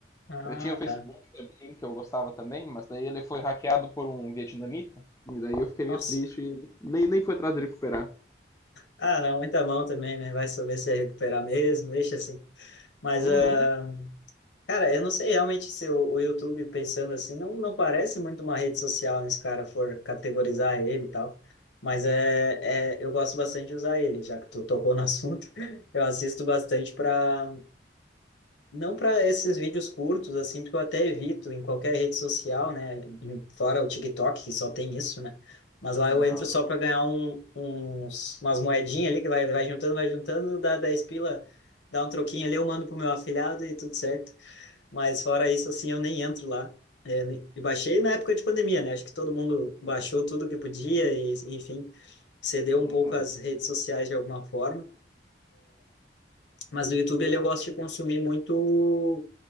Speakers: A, on the left; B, on the left.
A: Ah,
B: Eu tinha o Facebook
A: tá.
B: também, que eu gostava também, mas daí ele foi hackeado por um vietnamita. E daí eu fiquei meio
A: Nossa.
B: triste, e nem, nem fui atrás de recuperar.
A: Ah, não, muita mão também, né? Vai saber se é recuperar mesmo, deixa assim. Mas,
B: Uhum,
A: ah, cara, eu não sei realmente se o, o YouTube, pensando assim, não, não parece muito uma rede social, né? Se o cara for categorizar ele e tal. Mas é, é, eu gosto bastante de usar ele, já que tu tocou no assunto. <laughs> Eu assisto bastante para Não para esses vídeos curtos, assim, porque eu até evito em qualquer rede social, né? em- Fora o TikTok, que só tem isso, né? Mas lá
B: aham,
A: eu entro só para ganhar um, uns, umas moedinhas ali, que vai, vai juntando, vai juntando, dá 10 pila, dá um troquinho ali, eu mando pro meu afilhado e tudo certo. Mas fora isso, assim, eu nem entro lá. É, nem- e baixei na época de pandemia, né? Acho que todo mundo baixou tudo que podia e, enfim, cedeu
B: uhum.
A: um pouco às redes sociais de alguma forma. Mas no YouTube ali eu gosto de consumir muito